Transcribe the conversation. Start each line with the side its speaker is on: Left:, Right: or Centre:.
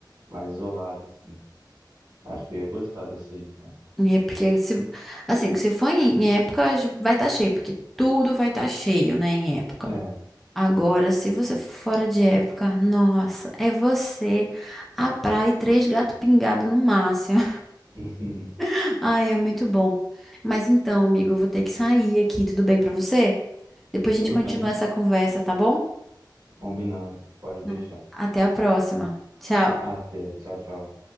Right: mais isolado, assim. Acho que eu ia gostar dessa aí, então.
Centre: É porque se, assim, se for em época, vai estar cheio, porque tudo vai estar cheio, né, em época.
Right: É.
Centre: Agora, se você for fora de época, nossa, é você, a praia e três gatos pingados no máximo.
Right: <laughs>
Centre: <laughs> Ai, é muito bom. Mas então, amigo, eu vou ter que sair aqui, tudo bem pra você? Depois a
Right: Tudo
Centre: gente continua
Right: bem,
Centre: essa conversa, tá bom?
Right: combinado. Pode deixar.
Centre: Ah. Até a próxima. Tchau.
Right: Até. Tchau, tchau.